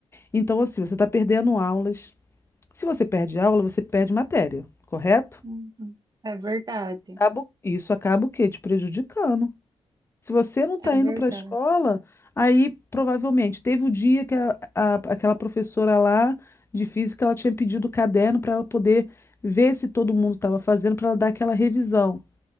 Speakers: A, on the left; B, on the right.
A: Então, assim, você está perdendo aulas. Se você perde aula, você perde matéria, correto?
B: Uhum. É verdade,
A: Acaba- Isso acaba o quê? Te prejudicando. Se você não está
B: é
A: indo
B: verdade.
A: para a escola, aí provavelmente teve o dia que a- a- aquela professora lá de física ela tinha pedido o caderno para ela poder ver se todo mundo estava fazendo, para ela dar aquela revisão.